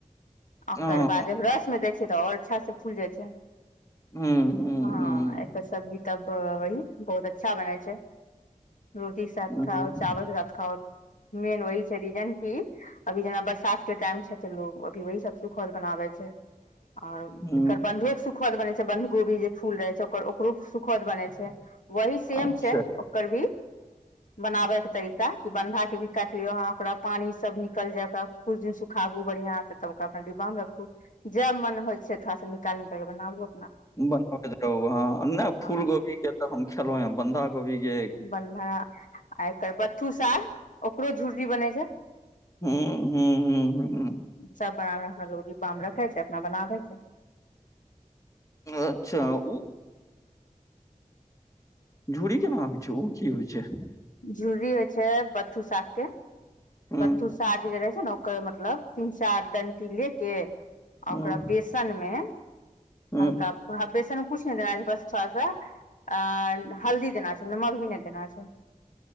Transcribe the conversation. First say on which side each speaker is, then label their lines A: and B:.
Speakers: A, on the left; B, on the left.
A: आ
B: हँ
A: ओकर बाद रसमे दै छियै तऽ आओर अच्छा से फूल जाई छै
B: हूँ हूँ
A: हँ
B: हूँ
A: एकर सब्जी तब वही बहुत अच्छा बनै छै रोटी साथ
B: हूँ
A: खाउ चावल साथ खाउ मेन वही छै रीजन की अभी जेना बरसात के टाईम छै लोग अभी वही सब सुखोत बनाबे छै आऔर
B: हूँ
A: एकर बन्धो सुखोत बनै छै बन्ध गोभी जे फूल रहै छै ओकर ओकरो सुखोत बनै छै वही सेम
B: अच्छा
A: छै ओकर भी बनाबे के तरीका की बन्धा के भी काटलियोहाँ ओकरा पानी सब निकल जाय ओकरा कुछ दिन सुखाबु बढ़ियां से तब ओकरा डिब्बा मे रखु जब मन होइ छै थोड़ा निकाल निकाल क बनाबो
B: बनबैत रहू हँ नहि
A: हँ
B: फूल गोभीके तऽ हम खेलहुँ हेँ बन्धा गोभीके
A: बन्धा आई बथु साग ओकरो झुर्रि बनै छै
B: हूँ हूँ हूँ हूँ
A: सब बनाबे अपनो डिब्बा रखे छै अपना बनाबै छै
B: अच्छा ओ झुड़ी केना होइ छै ओ की होइ छै
A: झुड़ी होइ छै बतथू साग के
B: हूं
A: बतथू साग जे रहे छै ने ओकर मतलब तीन चार डंटी ले के आ
B: हूं
A: ओकरा बेसनमे
B: हूं
A: हल्का बेसन म कुछ नहि देना छै बस थोड़ा सा अ हल्दी देना छै नमक भी नहि देना छै